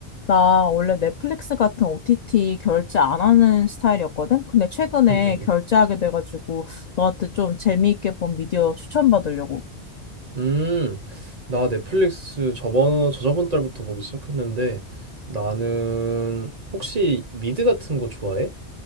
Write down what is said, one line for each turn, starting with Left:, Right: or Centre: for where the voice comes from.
Left: 나 원래 넷플릭스 같은 OTT 결제 안 하는 스타일이었거든? 근데 최근에
Right: 음, 음,
Left: 결제하게
Right: 음.
Left: 돼가지고 너한테 좀 재미있게 본 미디어 추천받으려고.
Right: 음, 나 넷플릭스 저번 저저번 달부터 보기 시작했는데 나는 혹시 미드 같은 거 좋아해?